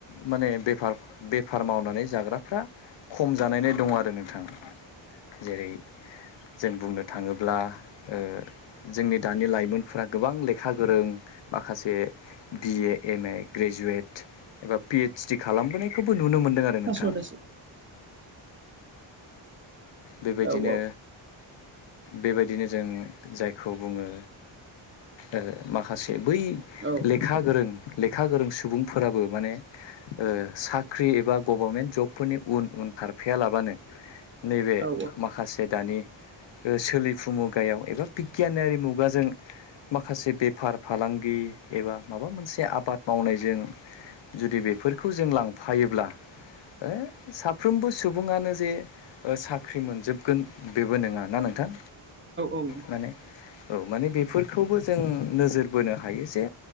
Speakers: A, on the left; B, on the right.
A: माने बेफार बेफ फार मावनानै जाग्राफ्रा खम जानायनो दङ आरो नोंथां जेरै जों बुंनो थाङोब्ला ओ जोंनि दानि लाइमोनफोरा गोबां लेखा गोरों माखासे बिए एम ए ग्रेजुवेट एबा पि सिथि खालामबोनायखौबो नुनो मोनदों आरो
B: पासवार्डआसो
A: नोंथां बेबायदिनो
B: औ
A: बेबायदिनो जों जायखौ बुङो ओ माखासे बै
B: औ
A: लेखा गोरों लेखा गोरों सुबुंफोराबो माने ओ साख्रि एबा गभर्नमेन्ट जबफोरनि उन उन खारफायालाबानो नैबे
B: औ
A: माखासे दानि ओ सोलिफु मुगायाव एबा बिगियानारि मुगाजों माखासे बेफार गि एबा माबा मोनसे आबाद मावनायजों जुदि बेफोरखौ जों लांफायोब्ला ओ साफ्रोमबो सुबुङानो जे साख्रि मोनजोबगोन बेबो नोङा ना नोंथां
B: औ नोंथां औ
A: माने औ माने बेफोरखौबो जों नोजोर बोनो हायो जे